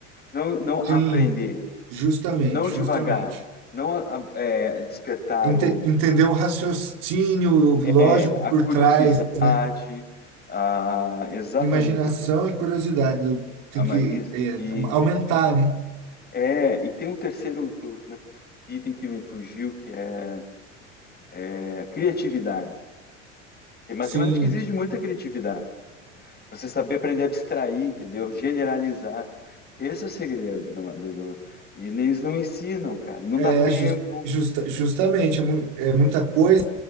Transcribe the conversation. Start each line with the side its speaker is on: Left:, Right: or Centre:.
Left: Não, não aprender
Right: sim, justamente,
Left: não devagar,
Right: justamente.
Left: não a- é, despertar
Right: Ente-
Left: o,
Right: entender o raciocínio lógico
Left: é, a
Right: por
Left: curiosidade,
Right: trás, né?
Left: a, exatamente,
Right: Imaginação
Left: o raci-
Right: e curiosidade do- tem
Left: a ma-
Right: que
Left: e,
Right: é,
Left: e-
Right: aumentar, né?
Left: é, e tem um terceiro que eu- né, item que me fugiu, que é, é criatividade. Porque matemática
Right: Sim,
Left: exige muita criatividade. Você saber aprender a abstrair, entendeu? Generalizar. Esse é o segredo da do, do- e eles não ensinam, cara. Não
Right: é
Left: dá tempo.
Right: jus- justa- justamente é, mu- é muita coisa,